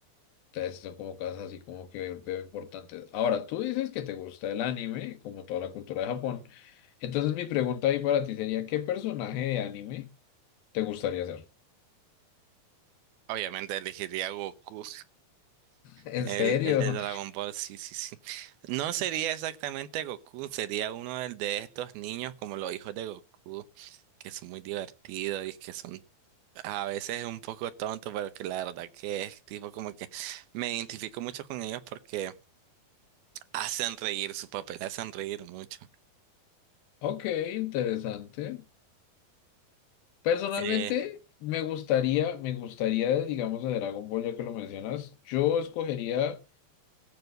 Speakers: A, on the left (about 80°); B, on the right (about 80°).
A: Entonces son como cosas así como que veo importantes. Ahora, tú dices que te gusta el anime, como toda la cultura de Japón. Entonces mi pregunta ahí para ti sería, ¿qué personaje de anime te gustaría ser?
B: Obviamente elegiría Goku.
A: <laughs> ¿En
B: El,
A: serio?
B: el de Dragon Ball, sí, sí, sí. No sería exactamente Goku, sería uno del de estos niños como los hijos de Goku, que son muy divertidos y que son a veces un poco tontos, pero que la verdad que es tipo como que me identifico mucho con ellos porque hacen reír, su papel hacen reír mucho.
A: Ok, interesante. Personalmente,
B: Eh,
A: me gustaría, me gustaría, de, digamos, de Dragon Ball, ya que lo mencionas, yo escogería